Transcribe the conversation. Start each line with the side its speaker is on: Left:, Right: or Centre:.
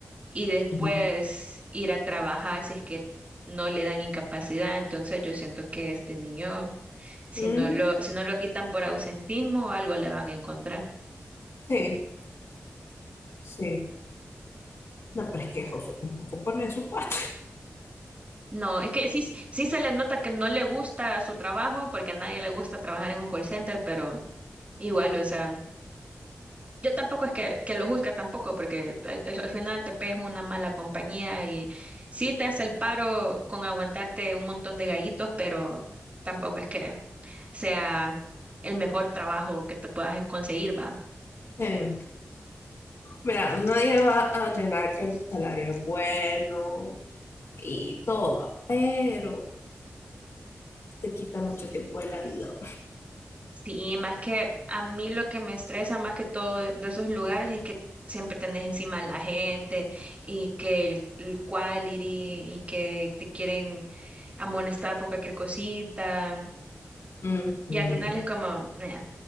Right: y después
Left: Ujú.
Right: ir a trabajar si es que no le dan incapacidad. Entonces yo siento que este niño, si
Left: Mm,
Right: no lo, si no lo quitan por ausentismo o algo le van a encontrar.
Left: sí, sí. No, pero es que José tampoco pone de su parte.
Right: No, es que sí, sí se le nota que no le gusta su trabajo, porque a nadie le gusta trabajar en un call center, pero igual, o sea. Yo tampoco es que, que lo juzgue tampoco, porque eh, al, al final DP es una mala compañía y sí te hace el paro con aguantarte un montón de gallitos, pero tampoco es que sea el mejor trabajo que te puedas e, conseguir, va.
Left: Sí. Mira, nadie va a negar que el salario es bueno y todo, pero te quita mucho tiempo de la vida.
Right: Sí, más que a mí lo que me estresa más que todo de de esos lugares es que siempre tenés encima a la gente y que el, el quality y que te quieren amonestar por cualquier cosita
Left: Ujú.
Right: y al final es como, "Nah,